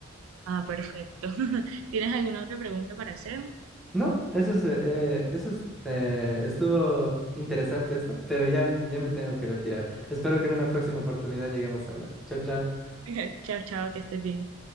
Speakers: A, on the right; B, in the centre.
A: Ah, perfecto. <laughs> ¿Tienes alguna otra pregunta para hacerme?
B: No, eso es eh, eh, eso es, eh, estuvo interesante esto, pero ya ya me tengo que retirar. Espero que en una próxima oportunidad lleguemos a hablar. Chao, chao.
A: <laughs> Chao, chao, que estés bien.